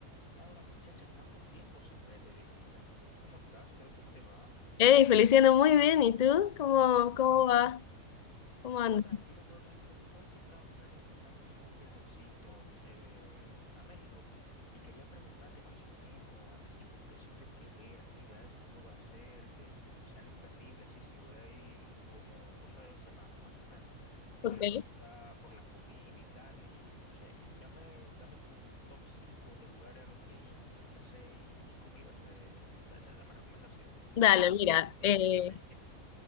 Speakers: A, on the left (about 80°); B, on the left (about 60°).
A: Laura, muchacha, ¿cuánto tiempo sin verte, viejita? ¿Cómo estás? ¿Qué- cómo te va?
B: Hey, Feliciano, muy bien. ¿Y tú? ¿Cómo, cómo va? ¿Cómo andas?
A: Todo tranquilo, todo tranquilo. Tú sabes que estaba planificando hacer un viajecito eh, a México y quería preguntarte más o menos así como qué sitios que ver, actividades que puedo hacer, que, se- que sean imperdibles, así si voy ahí como cosa de dos semanas más o menos. Te
B: Ok.
A: quería preguntar por la comida y tal y no sé, dame, dame tu top 5 de lugares a los que ir, cosas que hacer y, y comidas. eh, da- da- dame recomendaciones.
B: Dale,
A: Que necesito
B: mira,
A: planificarme
B: eh,
A: ya.